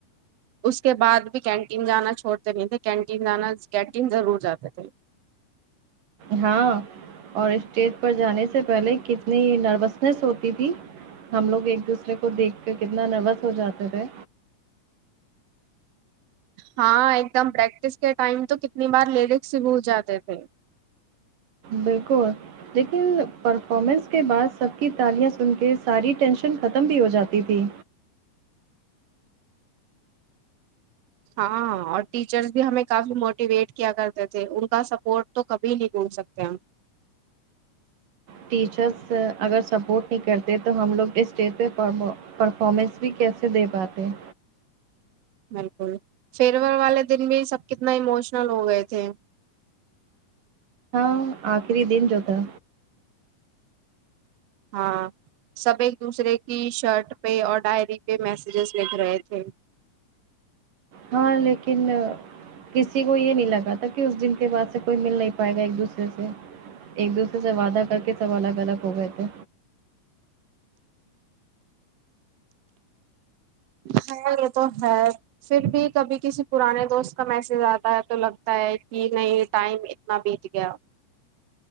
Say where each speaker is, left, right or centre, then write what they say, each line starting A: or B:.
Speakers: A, on the right; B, on the right.
A: اس کے بعد بھی کینٹین جانا چھوڑتے نہیں تھے کینٹین جانا کینٹین ضرور جاتے تھے
B: ہاں اور اسٹیج پر جانے سے پہلے کتنی نروسنیس ہوتی تھی ہم لوگ ایک دوسرے کو دیکھ کے کتنا نروس ہو جاتے تھے
A: ہاں ایک دم پریکٹس کے ٹائم تو کتنی بار لیرکس ہی بھول جاتے تھے
B: بلکل لیکن پرفارمنس کے بعد سب کی تالیاں سن کے ساری ٹینشن ختم بھی ہو جاتی تھی
A: ہاں اور ٹیچرس بھی ہمیں کافی موٹیویٹ کیا کرتے تھے ان کا سپورٹ تو کبھی نہیں بھول سکتے ہم
B: ٹیچرس اگر سپورٹ نہیں کرتے تو ہم لوگ اس اسٹیج پہ پرفارمنس بھی کیسے دے پاتے ہیں
A: بلکل فرویر والے دن بھی سب کتنا اموشنل ہو گئے تھے
B: ہاں آخری دن جو تھا
A: ہاں سب ایک دوسرے کی شرٹ پہ اور ڈائری پہ میسیجز لکھ رہے تھے
B: ہاں لیکن کسی کو یہ نہیں لگا تھا کہ اس دن کے بعد سے کوئی مل نہیں پائے گا ایک دوسرے سے ایک دوسرے سے وعدہ کر کے سب الگ الگ ہو گئے تھے
A: ہاے رتو ہاے پھر بھی کبھی کسی پرانے دوست میسج آتا ہے تو لگتا ہے کہ نہیں ٹائم کتنا بید گیا